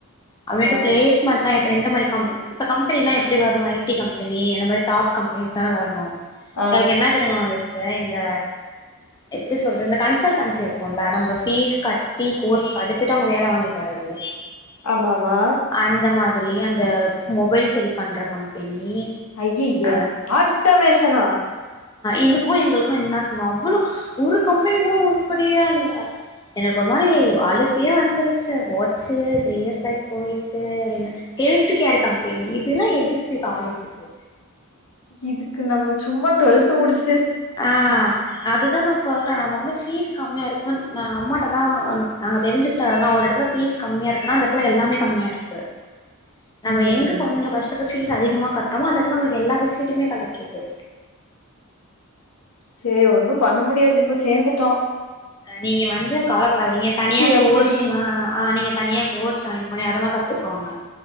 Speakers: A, on the left (about 20°); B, on the left (about 90°).
A: அ விடுப்
B: ஆ
A: பிளஸ்மட்டெலாம் எப் ப எந்த மாரி இப்ப கம் கம்பெனிலா எப்டி வரனு ஐடி கம்பெனி அந்த மாரி டாப் கம்பெனிஸ் தான வரணும்
B: ஆ
A: எனக்கு என்ன தெரிம வரு ச்சி இந்த எப்டி சொல்றது இந்த கன்சல்டன்சி இருக்கும்ல நம்ப பீஸ் கட்டி கோர்ஸ் படிச்சுட்டு அவங்க வேல வாங்கி தரது
B: ஆம ஆமா
A: அந்த மாதிரி அந்த மொபைல் செரி பண்ற கம்பெனி
B: ஐயிய
A: அ
B: இந்த ஆட்ட மேசனா
A: இதுக்கும் எங்களுக்கும் என்ன சொல்வோ அவ்ளோ ஒரு கம்பெனி கூட ஒருப்படியா இல்ல எனக்கு ஒரு மாரி அலுக்கயே வந்துருச்சு போச்சு த்ரீ இயர்ஸ் லைப் போய் செரின்ன ஹெல்த் கேர் கம்பெனி இதுல்லாம் எதுக்கு காலேஜுக்கு
B: இதுக்கு நம்ம சும்மா டுவெல்த் முடிச்
A: ஆ அதுதான் நா சொன் சொல்றன் நம்ம வந்து ஃபீஸ் கம்மியா இருக்குன்னு ந அம்மாட்டதான் அ நாங்க தெரிஞ்சுகிட்ட அதான் ஒரு இடத்துல ஃபீஸ் கம்மியா இருக்குன்னா அந்த இடத்துல எல்லாமே கம்மியா இருக்கு நம்ம
B: ம்
A: எங்க கொஞ்சோ கஷ்டப்பட்டு பீஸ் அதிகமா கட்டுறோமோ அந்த இத்துல நம்மளுக்கு எல்லா பேசிலிட்டியுமே கடக்கிது
B: சேரி ஒன்னும் பண்ண முடியாது இப்ப சேர்ந்துட்டோம்
A: அ நீங்க வந்து காலப்படாதீங்க தனியா
B: எப்டி
A: கோர்ஸ் அ ஆ நீங்க தனியா கோர்ஸ் ஜயின் பண்ணி அதெல்லா கத்துக்கோங்க